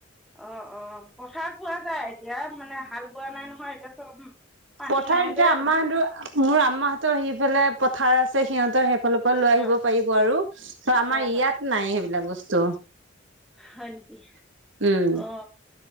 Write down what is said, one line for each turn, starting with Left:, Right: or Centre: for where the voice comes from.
Centre: অ'অ' পথাৰত পোৱা যায় এতিয়া মানে হাল বোৱা নাই নহয় এতিয়া চব পানী
Right: পথাৰ
Centre: নাই
Right: এতিয়া
Centre: যে।
Right: আম্মাহঁতৰ মোৰ আম্মাহঁতৰ সিফালে পথাৰ আছে সিহঁতৰ ফালৰ পৰা লৈ
Centre: হয়
Right: আহিব পাৰিব আৰু ত আমাৰ
Centre: হয়
Right: ইয়াত
Centre: হয়
Right: নাই সেইবিলাক বস্তু।
Centre: হয় নেকি
Right: উম
Centre: অ'